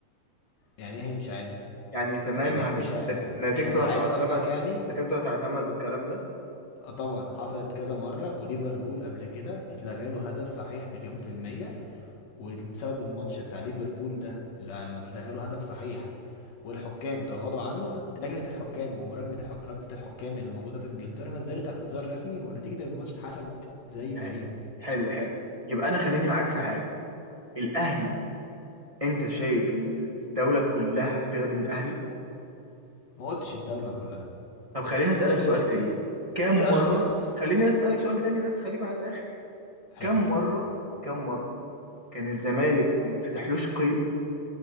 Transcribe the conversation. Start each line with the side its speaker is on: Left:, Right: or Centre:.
Left: يعني ايه هيمشي عادي
Right: يعني تمام
Left: يعني
Right: هي...
Left: مش ه... مش
Right: نتيجته
Left: هيتعاد
Right: هتعتمد
Left: قصدك يعني
Right: نتيجته هتعتمد والكلام ده
Left: اه طبعا حصلت كذا مرة وليفربول قبل كده اتلغى له هدف صحيح مليون في المية وبسبب الماتش بتاع ليفربول ده اللي لما اتلغى له هدف صحيح والحكام تغاضوا عنه لجنة الحكام أو لجنة الح... رابطة الحكام اللي موجودة في إنجلترا نزلت اعتذار رسمي ونتيجة الماتش اتحسبت زي
Right: حلو
Left: ما هي
Right: حلو حلو يبقى انا خليني معاك في حاجه الاهلي انت شايف ان الدوله كلها بتخدم الاهلي
Left: ما قلتش الدولة كلها
Right: طب خليني اسالك
Left: في
Right: سؤال تاني
Left: في
Right: كم
Left: في
Right: مره
Left: أشخاص
Right: خليني بس اسالك
Left: في
Right: سؤال تاني بس خليك مع الاخر
Left: حلو
Right: كم مره كم مره كان الزمالك ما يتفتحلوش قيد